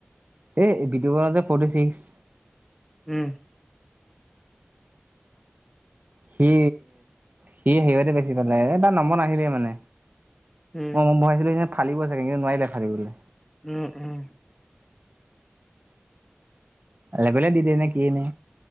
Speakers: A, on the right; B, in the centre.
A: এ ভিডিঅ বনাও যে ফৰ্টি চিক্স
B: উম।
A: সি সি সিহঁতে বেছি পালে এ তাৰ নম্বৰ নাহিলে মানে।
B: উম
A: মই মই ভাবিছিলো যে খালি ও চাগে কিন্তু নোৱাৰিলে খালিবলৈ
B: উম, উম।
A: <unintelligible> দি দিয়েনে কি এই নে।